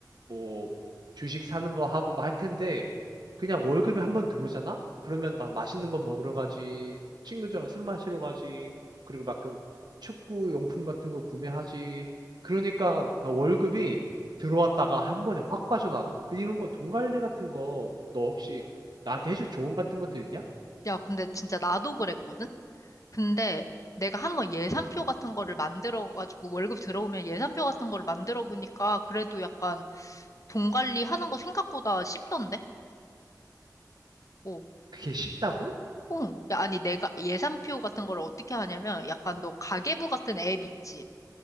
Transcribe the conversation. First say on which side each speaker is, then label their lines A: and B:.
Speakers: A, on the right; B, on the left.
A: 뭐 주식 사는 거 하고 뭐 할 텐데 그냥 월급이 한번 들어오잖아? 그러면 나 맛있는 거 먹으러 가지, 친구들이랑 술 마시러 가지, 그리고 가끔 축구 용품 같은 거 구매하지. 그러니까 그 월급이 들어왔다가 한 번에 확 빠져나가. 그 이런 거 돈 관리 같은 거 너 혹시 나한테 해줄 조언 같은 것도 있냐?
B: 야, 근데 진짜 나도 그랬거든? 근데 내가 한번 예산표 같은 거를 만들어가지고 월급 들어오면 예산표 같은 거를 만들어 보니까 그래도 약간 돈 관리하는 거 생각보다 쉽던데? 어,
A: 그게 쉽다고?
B: 어. 야, 아니 내가 예산표 같은 거를 어떻게 하냐면 약간 너 가계부 같은 앱 있지?